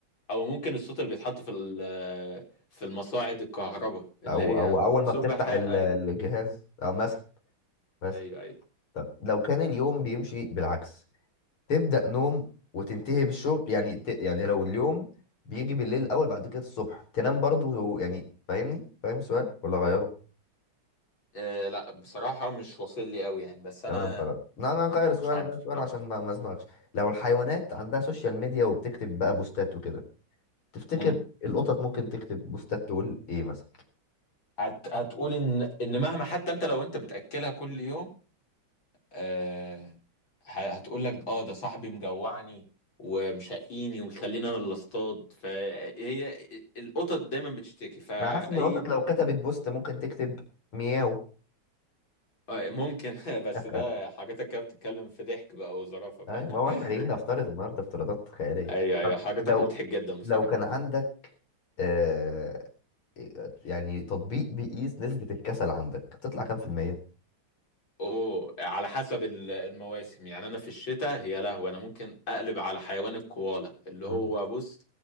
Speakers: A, on the left; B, on the left.
A: او ممكن الصوت اللي بيتحط في ال- في المصاعد الكهرباء اللي
B: أو
A: هي
B: أو أول
A: سبح
B: ما بتفتح
A: ايوه
B: ال- الجهاز أو مثلا مثلا
A: ايوه ايوه
B: طب لو كان اليوم بيمشي بالعكس تبدأ نوم وتنتهي بالشغل يعني ت... يعني لو اليوم بيجي بالليل الأول بعد كده الصبح تنام برضو يعني فاهمني؟ فاهم السؤال ولا غيره؟
A: إيه لا بصراحة مش واصل لي قوي يعني بس انا
B: تمام خلاص لا انا هغير السؤال
A: مش عارف
B: هغير السؤال
A: لا
B: عشان ما ما ازنقكش لو الحيوانات عندها سوشيال ميديا وبتكتب بقى بوستات وكده تفتكر
A: امم
B: القطط ممكن تكتب بوستات تقول ايه مثلا
A: هت... هتقول ان ان مهما حتى انت لو انت بتاكلها كل يوم آه... ه- هتقول لك اه ده صاحبي مجوعني ومشقيني ويخليني انا اللي اصطاد فهي القطط دايما بتشتكي فاي
B: انا حاسس ان القطط لو كتبت بوست ممكن تكتب مياو
A: آه، ممكن <laughs> بس
B: <laughs>
A: ده حاجاتك كده بتتكلم في ضحك بقى وظرافة كده
B: أي، ما هو
A: <laughs>
B: احنا جايين نفترض النهارده افتراضات خياليه
A: ايوه ايوه
B: طب
A: حاجاتك
B: لو
A: مضحك جدا بصراحة
B: لو كان عندك آه يعني تطبيق بيقيس نسبه الكسل عندك تطلع كام في المية
A: اوه على حسب ال- المواسم يعني انا في الشتاء يا لهوي انا ممكن اقلب على حيوان الكوالا اللي
B: مم.
A: هو بص